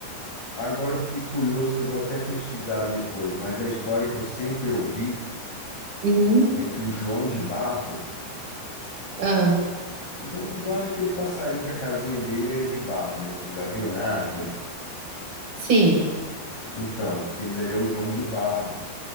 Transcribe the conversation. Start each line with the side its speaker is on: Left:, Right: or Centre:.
Left: agora eu fiquei curioso, que eu vou até pesquisar depois, mas a história que eu sempre ouvi
Right: Uhum.
Left: é que o João de Barro
Right: Ah,
Left: O João de Barro é aquele passarinho que a casinha dele é de barro, né? Tu já viu na árvore?
Right: sim,
Left: Então, aquele dali é o João de Barro.